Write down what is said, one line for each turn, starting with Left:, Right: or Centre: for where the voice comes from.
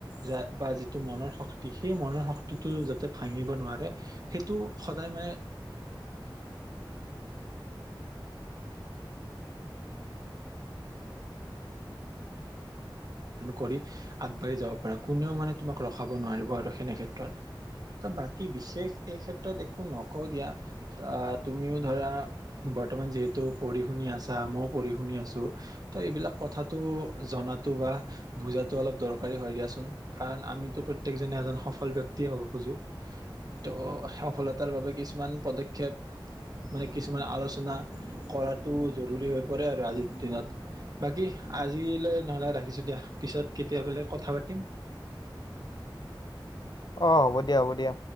Right: য বা যিটো মনৰ শক্তি সেই মনৰ শক্তি টো যাতে ভাঙিব নোৱাৰে সেইটো সদায় মানে কৰী আগবাঢ়ি যাব পাৰা কোনেও মানে তোমাক ৰখাব নোৱাৰিব আৰু সনেক্ষেত্ৰত ত বাকী বিশেষ এই ক্ষেত্ৰত একো নকওঁ দিয়া তুমিও ধৰা বৰ্তমান যিহেতু পঢ়ি শুনি আছা মই পঢ়ি শুনি আছো ত এইবিলাক কথা টো জনাটো বা বুজাটো অলপ দৰকাৰী হয় দিয়াচোন কাৰণ আমিতো প্ৰত্যেকজনে এজন সফল ব্যক্তি হ'ব খোজো ত' সফলতাৰ বাবে কিছুমান পদক্ষেপ মানে কিছুমান আলোচনা কৰাটো জৰুৰী হৈ পৰে আৰু আজি দিনত বাকী আজিলৈ নহ'লে ৰাখিছোঁ দিয়া কেতিয়াবলে কথা পাতিম
Left: অ হ'ব দিয়া হ'ব দিয়া